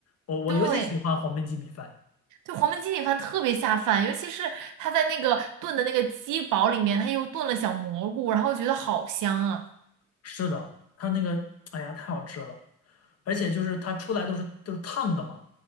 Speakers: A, on the left; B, on the right.
A: 我我尤其喜欢黄焖鸡米饭。
B: 对，对，黄焖鸡米饭特别下饭，尤其是它在那个炖的那个鸡煲里面，它又炖了小蘑菇，然后觉得好香啊。
A: 是的，它那个，哎呀，太好吃了，而且就是它出来都是都是烫的嘛，